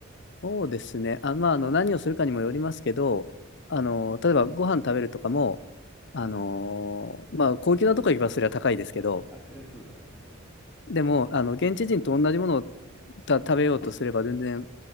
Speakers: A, on the left (about 60°); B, in the centre.
A: そうですね。あ、まあ、あの、何をするかにもよりますけど、
B: うん。
A: あの、例えばご飯食べるとかも、あの、
B: うん。
A: まあ、高級なとこ行けばそれは高いですけど、
B: あ、そりゃそうだわ。うん。
A: でも、あの、現地人と同じものをた食べようとすれば全然、